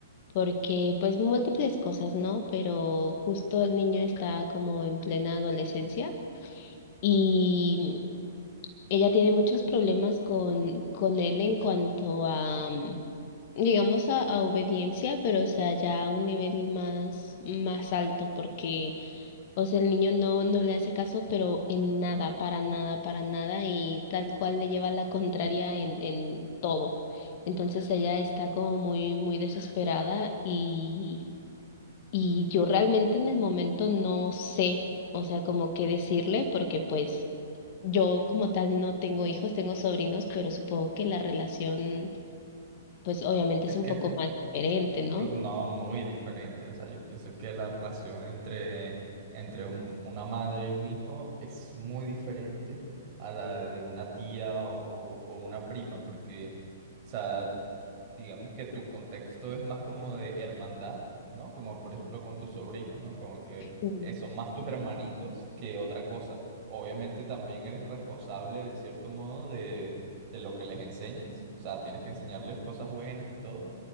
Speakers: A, on the left (about 40°); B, on the right (about 35°).
A: porque pues múltiples cosas, ¿no? Pero justo el niño está como en plena adolescencia. Y Ella tiene muchos problemas con, con él en cuanto a, mm, digamos, a, a obediencia, pero o sea, ya a un nivel más, más alto, porque, o sea, el niño no, no le hace caso, pero en nada, para nada, para nada, y tal cual le lleva la contraria en, en todo. Entonces ella está como muy, muy desesperada y, y yo realmente en el momento no sé, o sea, como qué decirle, porque pues... Yo como tal no tengo hijos, tengo sobrinos, pero supongo que la relación, pues obviamente
B: Es
A: es un
B: que
A: poco
B: es
A: más diferente, ¿no?
B: no, muy diferente. O sea, yo pienso que la relación entre, entre un- una madre y un hijo es muy diferente a la de una tía o, o una prima, porque, o sea, digamos que tu contexto es más como de hermandad, ¿no? Como por ejemplo con tus sobrinos, ¿no? Como que
A: Mm,
B: eh, son más tus hermanitos que otra cosa. Obviamente también eres responsable de cierto modo de, de lo que les enseñes, o sea, tienes que enseñarles cosas buenas y todo,